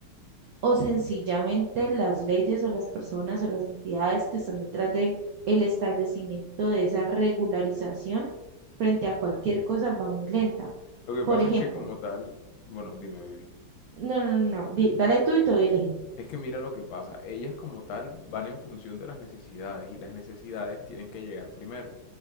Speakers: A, on the right (about 80°); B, on the left (about 85°).
A: o sencillamente las leyes o las personas o las entidades que están detrás de el establecimiento de esa regularización frente a cualquier cosa va muy lenta.
B: Lo que
A: Por
B: pasa
A: ejemplo,
B: es que como tal, bueno, dime, baby.
A: no, no, no, no, di- dale tú y te doy el ejemplo.
B: Es que mira lo que pasa. Ellas como tal van en función de las necesidades y las necesidades tienen que llegar primero.